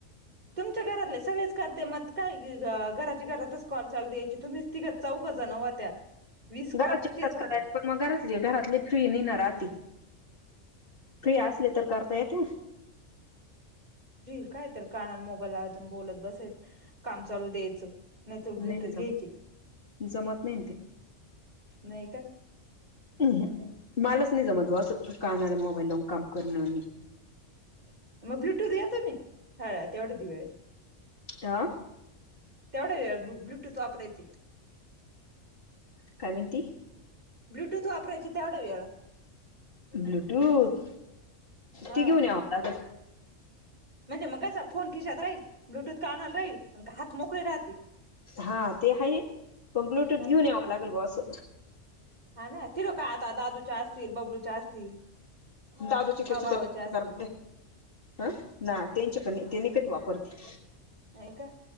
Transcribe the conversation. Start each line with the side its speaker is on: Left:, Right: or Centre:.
Right: तुमच्या घरातले सगळेच करत्या, मग काय घराच्या घरातच कॉल चालु द्यायचे. ते तुम्हीच तीघं- चौघे जण होत्या, वीस
Left: घरातचे
Right: कॉल तेच
Left: तर
Right: होते
Left: काय पण मग घरातले -घरातली फ्री नाही ना राहती, फ्री असली तर करता येत्या.
Right: फ्री काय तर कानाला मोबाईल लावायचा आणि बोलत बसायचं काम चालू द्यायचं. नाही तर ब्लुटूथ
Left: नाही
Right: घ्यायचे,
Left: जम जमत नाही ते
Right: नाही त
Left: अं, हू, मलाच नाही जमतं बा असं कानाला मोबाईल लावून काम करणं.
Right: मग ब्लूटूथ घ्या तुम्ही, हं थोड्या दिवस.
Left: आ,
Right: तेवढ्या वेळेत ब्लूटूथ वापरायचे.
Left: काय म्हणती?
Right: ब्लूटूथ वापरायचे तेवढ्या वेळ.
Left: ब्लुटुथ
Right: हा
Left: ते घेवून यावं लागंल.
Right: म्हणजे मग कसा फोन खिशात राहील, ब्लूटूथ कानाला राहील, हात मोकळे राहतील.
Left: हा ते आहे, पण ब्लूटूथ
Right: ह
Left: घेऊन यावं लागल बा असं
Right: हा ना तिला काय आता दादूच्या असतील, बबलूच्या असतील.
Left: दादुचे अन्
Right: मा
Left: तिचे
Right: भावाच्या
Left: काय
Right: असतील
Left: जमतेय हं ना त्यांच्याक पण नाही, ते नही कधी वापरती.
Right: नाही का?